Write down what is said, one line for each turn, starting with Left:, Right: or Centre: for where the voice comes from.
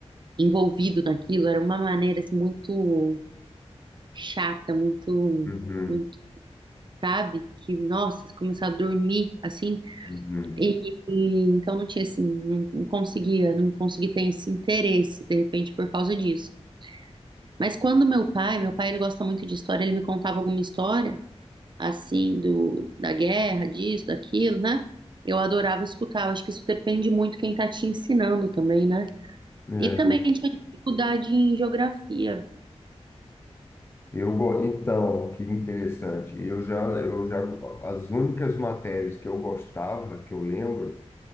Right: envolvido naquilo. Era uma maneira assim, muito chata, muito,
Left: Uhum.
Right: muito, sabe? Que, nossa, começar a dormir assim.
Left: Uhum.
Right: E, e então não tinha assim, não, não conseguia, não consegui ter esse interesse, de repente, por causa disso. Mas quando meu pai, meu pai ele gosta muito de história, ele me contava alguma história, assim, do, da guerra, disso, daquilo, né? Eu adorava escutar, eu acho que isso depende muito quem tá te ensinando também, né?
Left: É.
Right: E também tinha dificuldade em geografia.
Left: Eu, go- então, que interessante. Eu já, eu já, as únicas matérias que eu gostava, que eu lembro,